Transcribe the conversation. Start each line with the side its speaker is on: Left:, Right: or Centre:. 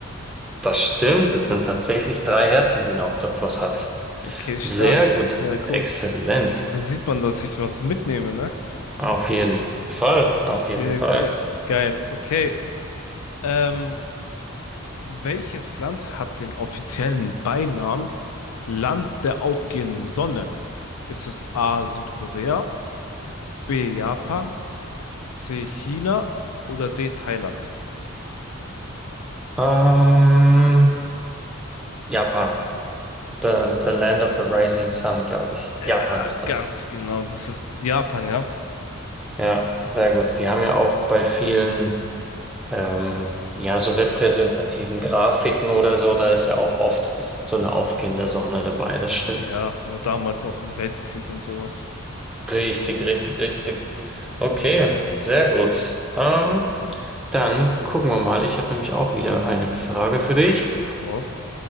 Centre: Das stimmt, es sind tatsächlich drei Herzen, die ein Oktopus hat.
Left: Okay, stark.
Centre: Sehr gut,
Left: Äh,
Centre: exzellent.
Left: cool. Da sieht man, dass ich was mitnehme, ne?
Centre: Auf jeden Fall, auf
Left: Okay,
Centre: jeden Fall.
Left: okay, geil. Okay. Ähm, welches Land hat den offiziellen Beinamen Land der aufgehenden Sonne? Ist es A. Südkorea, B. Japan, C. China oder D. Thailand?
Centre: Ähm, Japan, the, the Land of the Rising Sun, glaube ich.
Left: Ja,
Centre: Japan ist das.
Left: ganz genau. Das ist Japan, ja.
Centre: Ja, sehr gut. Die haben ja auch bei vielen. ähm, ja, so repräsentativen Grafiken oder so, da ist ja auch oft so eine aufgehende Sonne dabei, das stimmt.
Left: Ja, oder damals auch im Weltkrieg und sowas.
Centre: Richtig, richtig, richtig. Okay, sehr gut. Ähm, dann gucken wir mal. Ich habe nämlich auch wieder eine Frage für dich.
Left: Raus.